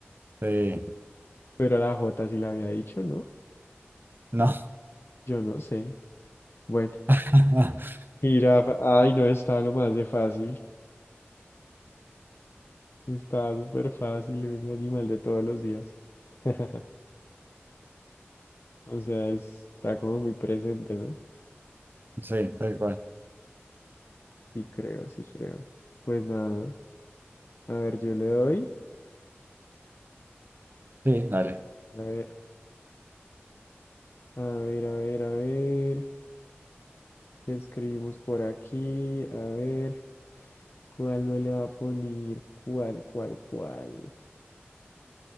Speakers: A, on the right; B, on the left.
A: sí.
B: Pero la J sí la había dicho, ¿no?
A: No.
B: Yo no sé. Bueno,
A: <laughs>
B: jirafa. Ay, no, estaba lo más de fácil. Estaba súper fácil, un animal de todos los días. <laughs> O sea, es- está como muy presente, ¿no?
A: Sí, tal cual.
B: Sí creo, sí creo. Pues nada, a ver, yo le doy.
A: Sí, dale.
B: A ver, a ver, a ver, a ver. escribimos por aquí? A ver, ¿cuál no le va a poner? ¿Cuál, cuál, cuál?